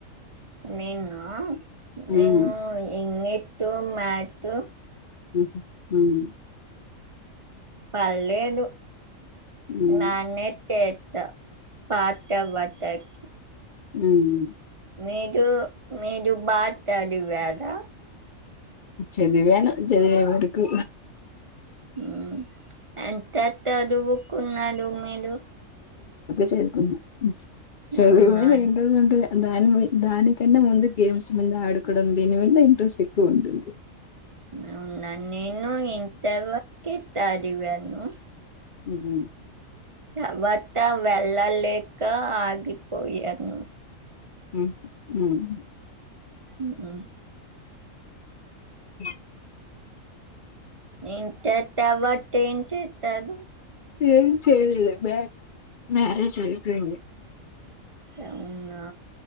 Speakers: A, on the right; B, on the left.
A: నేనా నేను
B: ఉమ్.
A: ఎంగ్ ట్ మాట్టూ
B: హ్మ్ ఉమ్
A: పళ్ళేదు
B: హ్మ్
A: బానే చేత్తా పాత్త వతక్
B: ఉమ్
A: మీరు మీరు బా చదివారా
B: చదివాను చదివే వరుకు
A: ఉమ్ ఎంత తదువు కున్నాదు మీరు
B: న్న చదివాను
A: అవునాను
B: ఎంతో కొంత ఇగ దానిమి దానికన్నా ముందు గేమ్స్ మింద ఆడుకోవడం దీని వల్ల ఇంట్రెస్ ఎక్కువ ఉంటుంది.
A: అవునా నేను ఇంతర్ వరకే తదివాను
B: ఉమ్
A: తర్వాత వెళ్ళలేక ఆగిపోయాను.
B: ఉహ్ ఉమ్
A: ఉమ్ ఆ
B: హ
A: ఇంతర్ తర్వాత ఏం చేత్తారు
B: ఏం చెయ్యలా మ్యా మారేజ్ అయిపోయింది.
A: అవునా